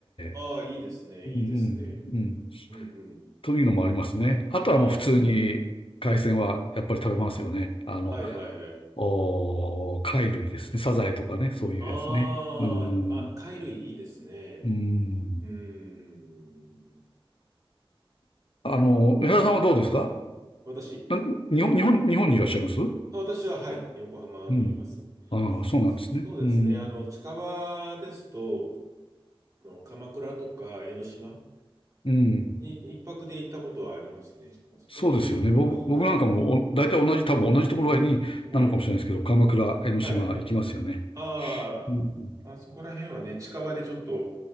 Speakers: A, on the right; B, on the left.
A: ああ、
B: え、
A: いいですね、
B: うんうん、
A: いいですね。
B: うん。
A: うんうん。
B: というのもありますね。あとはもう普通に海鮮はやっぱり食べますよね。
A: ああ、
B: あの、
A: はいはいはい。
B: おー、貝類ですね。サザエとかね、そういうやつね。
A: ああ、
B: うーん、
A: あ、貝類いいですね。
B: うーん。
A: うーん。
B: あの、江原さんはどうですか
A: 私、
B: な日本、日本、日本にいらっしゃいます
A: あ私は、はい、横浜にいます。
B: うん。ああ、そうなんですね。
A: そそうですね。
B: うん。
A: あの、近場ですと、あの鎌倉とか江ノ島、
B: うん。
A: に一泊で行ったことはありますね。あそこに、
B: そうですよね。僕、僕なんかもお、
A: はい。
B: 大体同じ、多分同じところになのかもしれないですけど、
A: はい。
B: 鎌倉、江ノ島行きますよね。
A: はい。ああ、
B: うん。
A: まあそこら辺はね、近場でちょっと